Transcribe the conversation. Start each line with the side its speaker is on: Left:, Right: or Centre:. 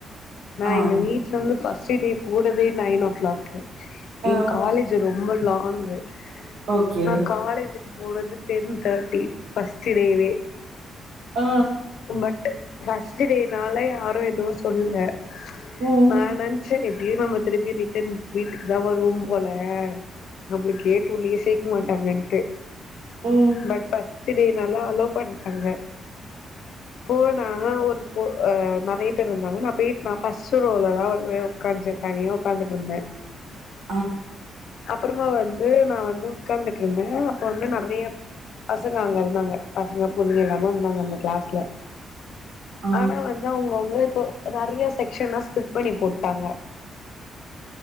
Left: நா
Right: ஆ
Left: எங்க வீட்ல வந்து ஃபஸ்ட்டு டே போனதே நைன் ஓ கிளாக்
Right: ஆ
Left: ஏ காலேஜ் ஜி ரொம்ப லாங்கு
Right: ஓகே
Left: நா காலேஜ்க்கு போறது டென் தேட்டி ஃபஸ்ட்டு டேவே
Right: ஆ
Left: பட்டு ஃபஸ்ட்டு டேனால யாரு எதுவு சொல்ல
Right: ம்
Left: நா நென் ச்சே எப்டியு நம்ம திருப்பி ரிட்டன் வீட்டுக்கு தா வருவோ போல நம்லுக்கு கேட்டுள்ளயே சேக்க மாட்டாங்கன்ட்டு
Right: ம்
Left: பட் ஃபஸ்ட்டு டேனால அலோ பண்டாங்க
Right: <unintelligible>
Left: போனா ஒரு ஓ அ நெறைய பேர் இருந்தாங்க நா போய் நா ஃபஸ்ட் ரோல தா நே கொஞ்சோ தனியா உக்காந்துட்ருந்தே
Right: <unintelligible>
Left: அப்பறமா வந்து நா வந்து உக்காந்துட்ருந்தே அப்ப வந்து நெறைய பசங்க அங்க இருந்தாங்க பசங்க பொண்ணுங்க எல்லாமே இருந்தாங்க அந்த க்ளாஸ்ல
Right: ஆ
Left: ஆனா வந்து அவ்ங்கவுங்லே இப்போ நெறையா செக்ஸனா ஸ்பிள்ட் பண்ணி போட்டாங்க